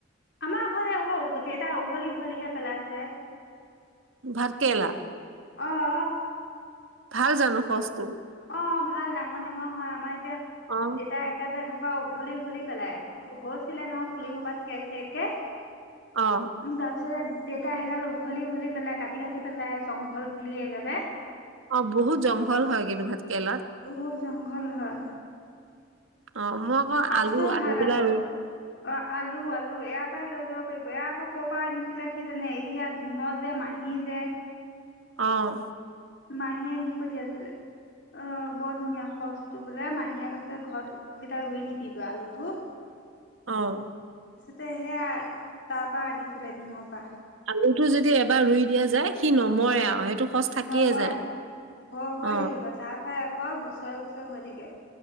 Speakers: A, on the left; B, on the right.
A: আমাৰ ঘৰতে হ'ব এটা উঘলি উঘলিহে পেলাই আছে
B: ভাৰতেেলা
A: আহ
B: ভাল জানো সচটো
A: অ ভাল ডাঙৰ ডাঙৰ হয় আমাৰ এতিয়া
B: অ
A: দেতা একেবাৰে হ উঘলি উঘলি পেলাই হৈছিলে নহয় পুলি সো পৰা ঠেৰ ঠেৰকে উ
B: অ
A: তাৰ পিছত দেেতাই আহি গাল উঘলি উঘলি পেলাই কাটি কাটি পেলাই জংঘল বুলিয়োবে
B: অ বহুত জংঘল হয় কিন্তু ভাত কেৰেলাত
A: বহুত জংঘল হয়ে
B: অ মই আকৌ
A: সজটোও
B: আলু আনি
A: ভাল
B: পেলাই
A: আকৌ
B: ৰুই
A: অ আলু আলু এয়াৰ পৰাই লৈ যাব কৰিব এইয়া আকৌ কৰ'ৰ পৰা আনিছিলে সিজনে এইয়া ঢিঙ যে মাহী যে
B: আহ
A: মাহীয়ে দি পঠিয়াইছিলে অ বৰ ধুনীয়া সজো বোলে মাহীয়ে ক ঘৰত কেইটা ৰুই দিবিগৈ আলুটো
B: আহ
A: তে সেয়া তাৰপৰা আনিছিলে িঙ পৰা
B: লটো যদি এবাৰ ৰুই দিয়া যায় সি নমৰে আৰু সেইটো সচ থাকিয়ে
A: নময়া
B: যায়
A: হৈ হৈ
B: অ
A: থাকিব তাৰ পৰাই আকৌ বছৰে বছৰে হৈ থাকে